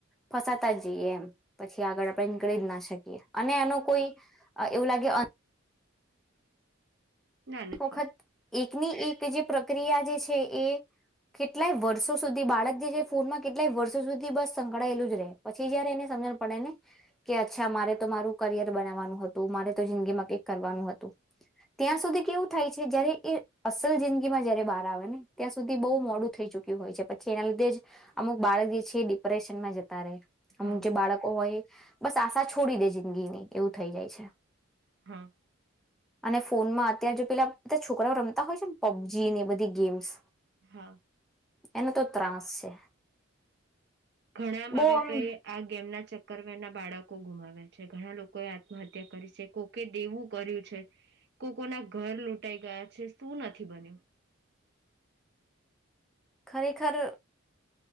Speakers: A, in the centre; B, on the right.
A: ફસાતા જ જઈએ એમ પછી આગળ આપણે નીકળી જ ના શકીએ અને એનું કોઈ એવું લાગે અનેક
B: ના નથી
A: એક વખત એક, <inaudible> <inaudible> એકની એક જે પ્રક્રિયા જે છે એ કેટલાય વર્ષો સુધી બાળક જે છે ફોનમાં કેટલાય વર્ષો સુધી બસ સંકળાયેલું જ રહે, પછી જયારે એને સમજણ પડે ને કે, અચ્છા મારે તો મારુ કરિયર બનાવવાનું હતું, મારે તો જિંદગીમાં કઈક કરવાનું હતું. ત્યાં સુધી કેવું થાય છે? જયારે એ અસલ જિંદગી માં જયારે બહાર આવે ને, ત્યાં સુધી બહુ મોડું થઈ ચુક્યું હોય છે. પછી એના લીધે જ અમુક બાળક જે છે, એ ડિપ્રેશનમાં જ ત્યારે અમુક
B: હા
A: જે બાળકો હોય બસ આશા છોડી દે જિંદગીની એવું થઈ જાય છે.
B: હા!
A: અને ફોનમાં ત્યાં જો પેલા બધા છોકરાઓ રમતા હોય છે ને, પબજી ને એ બધી ગેમ્સ
B: હા!
A: એનો તો ત્રાસ છે.
B: ઘણા મા,
A: બહુ
B: બાપે
A: આમ
B: આ ગેમ ના ચક કવે <inaudible> ના બાળકો ગુમાવ્યા છે. ઘણા લોકોએ આત્મહ્યા કરી છે. કોકે દેવું કર્યું છે, કો કોના ઘર લૂંટાઈ ગયા છે, શું નથી બન્યું? <unintelligible>
A: ખરેખર!